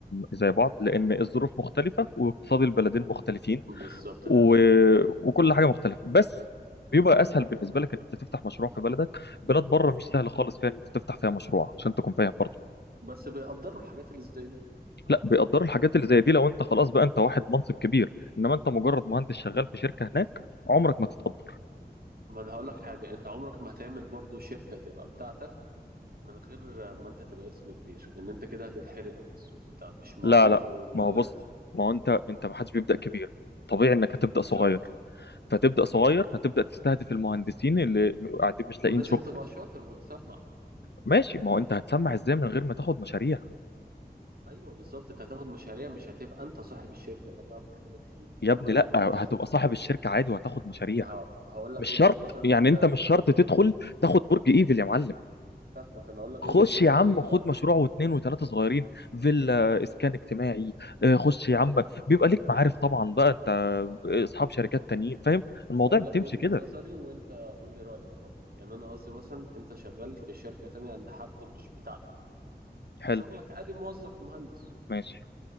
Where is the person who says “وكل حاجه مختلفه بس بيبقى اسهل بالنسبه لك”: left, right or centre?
Left